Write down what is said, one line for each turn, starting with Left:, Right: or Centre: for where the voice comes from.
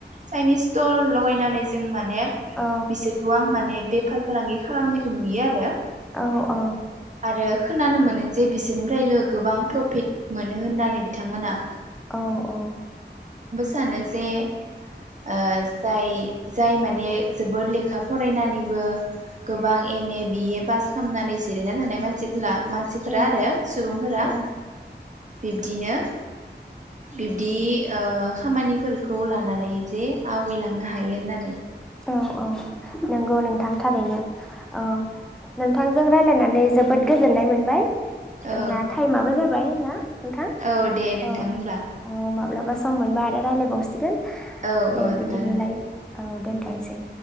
Right: चाइनिस सटल लगायनानै जों मा नेप
Centre: औ
Right: बिसोरखौ आं माने बे फाल फालांगि खालामनायखौ नुयो आरो
Centre: औ औ ।
Right: आरो खोनानो मोनो जे बिसोरनिफ्रायबो गोबां प्रफिट मोनो होननानै बिथांमोना
Centre: औ औ
Right: सानोस जे ओ जाय जाय माने जोबोद लेखा फरायनानैबो गोबां एम ए बिए पास खामनानै जिरायना थानाय मानसि ब्ला मानसिफोरा
Centre: उम
Right: आरो सुबुंफोरा
Centre: उम
Right: बिब दिनो बिब्दि ओ खामानिफोरखौ लानानै जे आवगायलांनो हायो होननानै
Centre: औ औ नंगौ नोंथां थारैनो । औ नोंथांजों रायज्लायनानै जोबोद गोजोननाय मोनबाय। जोंना
Right: औ
Centre: टाइमाबो जाबाय ना नोंथां
Right: औ दे नोंथां
Centre: औ
Right: होमब्ला
Centre: औ माब्लाबा सम मोनबा आरो रायलायबावसिगोन
Right: औ
Centre: दे
Right: औ
Centre: बिदिब्लालाय
Right: जागोन दे
Centre: औ दोन बांसेै